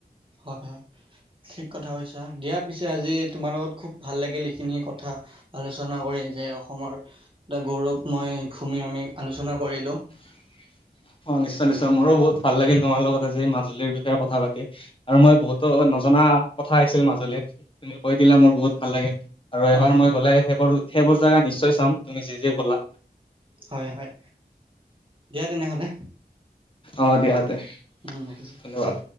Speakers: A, on the right; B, on the left.
A: হয় হয় ঠিক কথা কৈছা দিয়া পিছে আজি তোমাৰ লগত খুব ভাল লাগিল এইখিনি কথা আলোচনা কৰি এই যে অসমৰ এটা গৌৰৱময় ভুমি আমি আলোচনা কৰিলো
B: <inaudible> অ নিশ্চয় নিশ্চয় মোৰো বহুত ভাল লাগিল তোমাৰ লগত আ যে এই মাজুলীৰ বিষয়ে কথা পাতি আৰু মই বহুতো নজনা কথা আছিল মাজুলীত তুমি কৈ দিলা মোৰ বহুত ভাল লাগে আৰু
A: হয়
B: এইবাৰ
A: হয়
B: মই গ'লে সেইবোৰ সেইবোৰ জোগা নিশ্চয় চাম তুমি যি যি ক'লা
A: হয় হয় দিয়া তেনেহলে
B: অ দিয়হাতে
A: উম ৰাখিছো
B: ধন্যবাদ